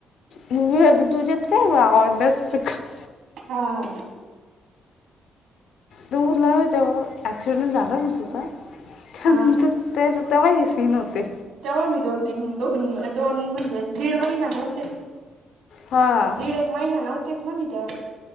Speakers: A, on the left; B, on the right.
A: मी आली तुझ्यात काय वावण्यासारखं <unintelligible>
B: हा.
A: तुला जेव्हा ॲक्सिडेंट झाला ना तुझा त्यानंतर
B: हा
A: ते तेव्हा हे सीन होते.
B: तेव्हा मी दोन, तीन, दोन, दोन, म्हणजे दीड महिना नव्हतेच.
A: हां
B: दीड एक महिना नव्हतेच ना मी तेव्हा